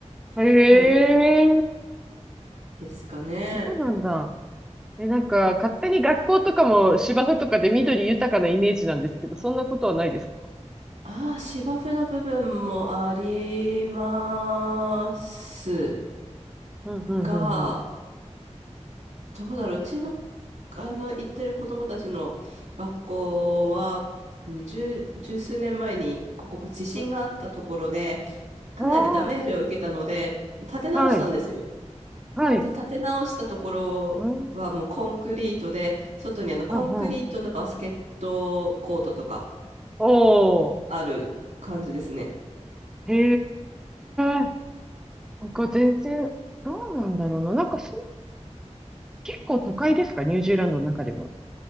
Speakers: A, on the right; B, in the centre.
A: <laughs>
B: へえ、
A: 感じですかね。
B: そうなんだ。え、なんか、勝手に学校とかも芝生とかで緑豊かなイメージなんですけど、そんなことはないですか
A: ああ、芝生の部分もあります
B: うんうんうんうん。
A: が、どうだろう、うちの、あの、行ってる子供たちの学校は、あの十、十数年前に、ここ地震があったところで、
B: うん
A: かなりダメージを受けたので、
B: あ
A: 立て直したんですよ。
B: あ、はい、はい。
A: で、立て直したところはもうコンクリートで、
B: うん、
A: 外にあのコンクリートのバスケットコートとか
B: はんはん。おー、
A: ある感じですね。
B: へえ、なんか全然、どうなんだろうな。なんかそ結構都会ですかニュージーランドの中でも。